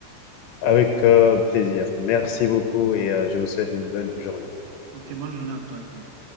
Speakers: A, on the left (about 80°); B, on the right (about 75°).
A: Avec euh, plaisir. Merci beaucoup et euh, je vous souhaite une bonne journée.
B: Ok, bonne journée à toi également.